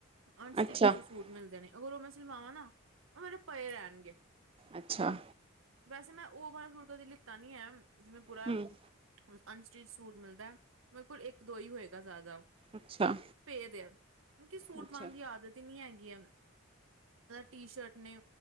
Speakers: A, on the right; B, on the right.
A: ਅਨਸਟਿਕ
B: ਅੱਛਾ-ਅੱਛਾ,
A: ਚ ਜੋ ਸੂਟ ਮਿਲਦੇ ਨੇ ਅਗਰੋਂ ਮੈਂ ਸਿਲਵਾਵਾਂ ਨਾ ਉਹ ਮੇਰੇ ਪਏ ਰਹਿਣਗੇ
B: ਅੱਛਾ
A: ਵੈਸੇ ਮੈਂ ਉਹ ਵਾਲਾ ਸੂਟ ਕਦੇ ਲਿਤਾ ਨੀ ਹੈ ਜਿਵੇਂ ਪੂਰਾ
B: ਹੂੰ,
A: ਅਨਸਟਿਚ ਸੂਟ ਮਿਲਦਾ ਮੇਰੇ ਕੋਲ ਇੱਕ ਦੋ ਹੀ ਹੋਏਗਾ ਜ਼ਿਆਦਾ।
B: ਅੱਛਾ।
A: ਇਹਦੇ ਕਿਉਂਕਿ ਸੂਟ
B: ਅੱਛਾ,
A: ਪਾਉਣ ਦੀ ਆਦਤ ਹੀ ਨਹੀਂ ਹੈਗੀ। ਟੀ ਸ਼ਰਟ ਨੇ